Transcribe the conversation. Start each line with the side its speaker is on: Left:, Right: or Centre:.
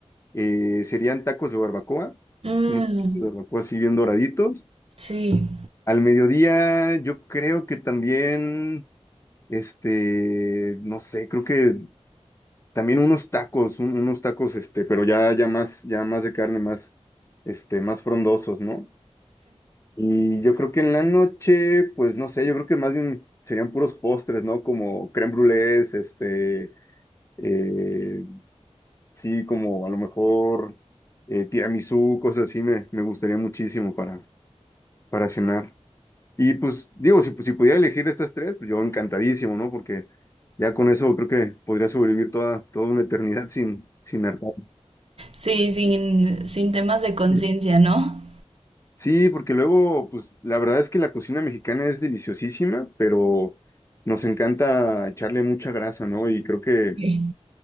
Left: eh, serían tacos de barbacoa,
Right: Mm,
Left: unos tacos de barbacoa así bien doraditos.
Right: sí,
Left: Al mediodía yo creo que también, este, no sé, creo que también unos tacos, un- unos tacos, este, pero ya, ya más, ya más de carne, más, este, más frondosos, ¿no? Y yo creo que en la noche, pues no sé, yo creo que más bien serían puros postres, ¿no? Como crème brûlés, este, eh, sí, como a lo mejor eh, tiramisú, cosas así, me, me gustaría muchísimo para, para cenar. Y pues digo, si, pues, si pudiera elegir estas tres, pues yo encantadísimo, ¿no? Porque ya con eso creo que podría sobrevivir toda, toda una eternidad <laughs> sin, sin hartar.
Right: sí, sin, sin temas de conciencia,
Left: <laughs>
Right: ¿no?
Left: Sí, porque luego, pues la verdad es que la cocina mexicana es deliciosísima, pero nos encanta echarle mucha grasa, ¿no? Y creo que
Right: Sí.